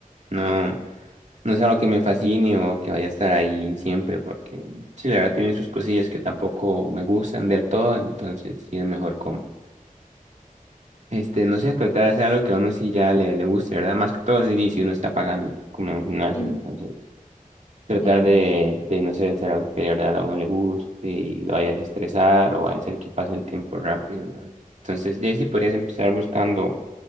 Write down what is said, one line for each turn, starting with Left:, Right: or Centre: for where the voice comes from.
Right: no. No es algo que me fascine o que vaya a estar ahí siempre, porque sí, la verdad tiene sus cosillas que tampoco me gustan del todo, entonces sí es mejor como, este, no sé, tratar de hacer algo que a uno sí ya le, le guste, ¿verdad? Más que todo sí, si uno está pagando como en un gimnasio,
Left: Mm.
Right: entonces tratar
Left: Sí, tienes
Right: de,
Left: razón.
Right: de, no sé, hacer algo que de verdad a uno le guste y lo vaya a desestresar o vaya a hacer que pase el tiempo rápido, ¿verdad? Entonces, de ahí sí podrías empezar buscando